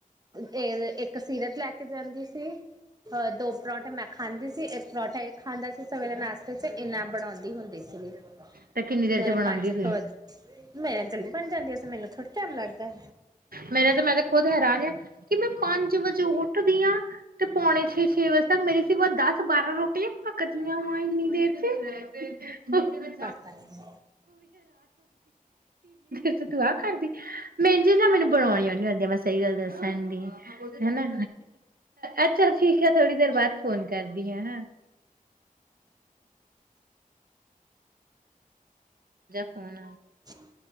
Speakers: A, on the right; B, on the right.
A: ਇਹ, ਇੱਕ ਸੀਰਤ ਲੈ ਕੇ ਜਾਂਦੀ ਸੀ। 'ਅ ਦੋ ਪਰੌਂਠੇ ਮੈਂ ਖਾਂਦੀ ਸੀ। ਇੱਕ ਪਰੌਂਠਾ ਇਹ ਖਾਂਦਾ ਸੀ। ਸਵੇਰੇ ਨਾਸ਼ਤੇ 'ਚ ਇੰਨਾ, ਬਣਾਉਂਦੀ ਹੁੰਦੀ ਸੀ। <unintelligible>
B: ਤੇ ਕਿੰਨੀ ਦੇਰ
A: ਸਵੇਰੇ
B: ਚ ਬਣਾਉਂਦੀ
A: ਪੰਜ 'ਕ
B: ਸੀ।
A: ਵੱਜੇ, ਮੇਰੇ ਜਲਦੀ ਬਣ ਜਾਂਦੀ ਸੀ। ਮੈਨੂੰ ਥੋੜ੍ਹਾ ਟਾਈਮ ਲੱਗਦਾ।
B: ਮੇਰੇ ਤੇ ਮੈਂ ਤੇ ਖੁੱਦ ਹੈਰਾਨ ਆ, ਕਿ ਮੈਂ ਪੰਜ ਵਜੇ ਉੱਠਦੀ ਹਾਂ ਤੇ ਪੌਣੇ ਛੇ-ਛੇ ਵੱਜੇ ਤ ਮੇਰੀ ਸੀ ਵ ਦੱਸ ਬਾਰਾਂ ਰੋਟੀਆਂ ਪੱਕਦੀਆਂ ਵਾ, ਇੰਨੀ ਦੇਰ 'ਚ ਉਹ ਵੀਤਦੀ ਇੰਨੀ ਦੇਰ
A: ਪਤਾ ਨੀ
B: 'ਚ, ਤੂੰ ਆਹ ਕਰਦੀ। ਮਹਿੰਝੇ ਜਾ ਮੈਨੂੰ ਣੀਦੀ ਨੀ ਆਂੳਦੀਆਂ, ਮੈਂ ਸਹੀ ਗੱਲ ਦੱਸਣ ਦੀ, ਹਨਾ। ਅੱਛਾ ਠੀਕ ਹੈ, ਥੋੜ੍ਹੀ ਦੇਰ ਬਾਅਦ ਫੋਨ ਕਰਦੀ ਹਾ, ਹਾਂ। ਫੋਨ
A: ਹਮ।